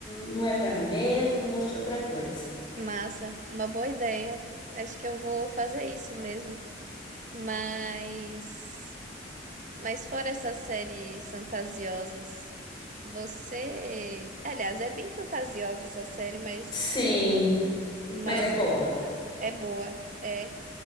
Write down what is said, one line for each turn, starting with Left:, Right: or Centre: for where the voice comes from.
Left: não é pra mim mesmo, vou assistir outra coisa.
Right: Massa, uma boa ideia. Acho que eu vou fazer isso mesmo. Mas, mas fora essas séries fantasiosas, você, aliás, é bem fantasiosa essa série, mas
Left: Sim,
Right: mas
Left: mas é boa.
Right: é boa, é.